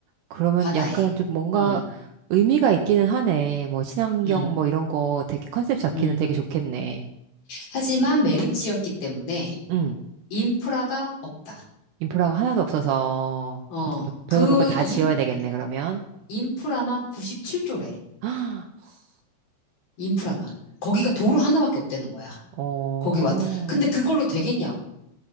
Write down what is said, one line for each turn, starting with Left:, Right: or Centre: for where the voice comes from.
Right: 그러면
Left: 바다에.
Right: 약간 좀 뭔가
Left: 음,
Right: 의미가 있기는 하네. 뭐 친환경
Left: 음,
Right: 뭐 이런 거 되게 컨셉 잡기는
Left: 음.
Right: 되게 좋겠네.
Left: 하지만 매립지였기 때문에
Right: 응.
Left: 인프라가 없다.
Right: 인프라가 하나도 없어서
Left: 어,
Right: 뭐 별거
Left: 그
Right: 별거 다
Left: 인,
Right: 지어야 되겠네,
Left: 예,
Right: 그러면.
Left: 인프라만 97조래.
Right: <gasps>
Left: 인프라만. 거기가 도로 하나밖에 없다는 거야.
Right: 어,
Left: 거기 왔. 근데 그걸로 되겠냐고.